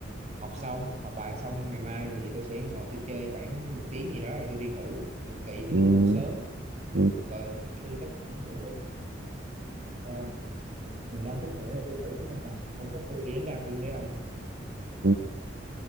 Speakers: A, on the right; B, on the right.
A: học xong học bài xong ngày mai thì tôi sẽ ngồi tôi chơi khoảng một tiếng gì đó rồi tôi đi ngủ rồi kỵ tôi
B: ừ.
A: cũng ngủ sớm
B: ừ,
A: rồi tôi chắc cũng ngủ luôn Ờ, 15 phút nữa là tôi ngủ nên là thôi chắc tôi đi đánh răng luôn đấy ông
B: ừ,